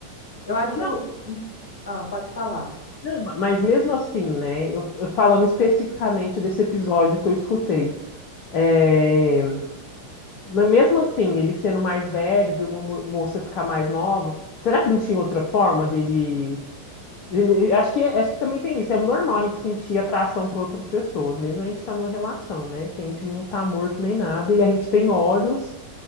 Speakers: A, on the left; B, on the left.
A: Eu acho.
B: Não,
A: Ah, pode falar.
B: não, ma- mas mesmo assim, né? Eu, eu falando especificamente desse episódio que eu escutei. é, mas mesmo assim, ele sendo mais velho, viu uma mo- moça ficar mais nova, será que não tinha outra forma dele? ele- Acho que, é- acho que também tem isso. É normal a gente sentir atração por outras pessoas, mesmo a gente tá numa relação, né? Que a gente não tá morto nem nada e a gente tem olhos